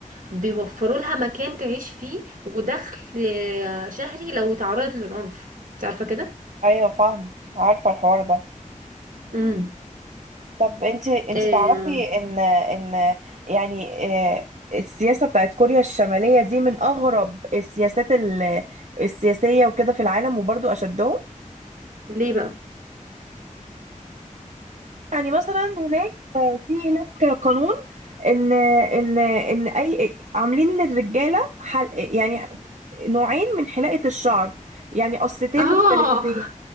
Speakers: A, on the right; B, on the right.
A: بيوفروا لها مكان تعيش فيه ودخل آه، شهري لو تعرضت للعنف انت عارفة كده؟
B: ايوه فاهم عارفه الحوار ده
A: مم.
B: طب انت انت
A: آه
B: تعرفي ان ان يعني آه، السياسه بتاعت كوريا الشماليه دي من اغرب السياسات ال- السياسيه وكده في العالم وبرضو اشدهم
A: ليه بقى
B: يعني مثلا هناك آه، في هناك قانون ان ان ان اي عاملين للرجاله حل يعني نوعين من حلاقه الشعر يعني قصتين
A: اه
B: مختلفتين